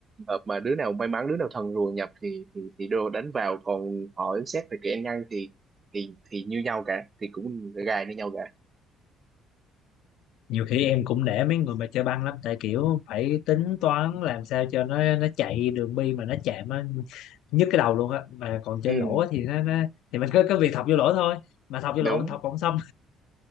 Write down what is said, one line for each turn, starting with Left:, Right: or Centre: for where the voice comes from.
Right: hợp mà đứa nào may mắn đứa nào thần rùa nhập thì thì thì đồ đánh vào còn hỏi xét về kỹ năng thì thì thì như nhau cả thì cũng gài như nhau cả
Left: nhiều khi em cũng nể mấy người mà chơi băng lắm tại kiểu phải tính toán làm sao cho nó nó chạy đường bi mà nó chạm á nhức cái đầu luôn á mà còn chơi
Right: ừ
Left: lỗ thì nó, nó thì mình cứ cứ việc thọc vô lỗ thôi mà thọc
Right: đúng
Left: vô lỗ mình thọc không xong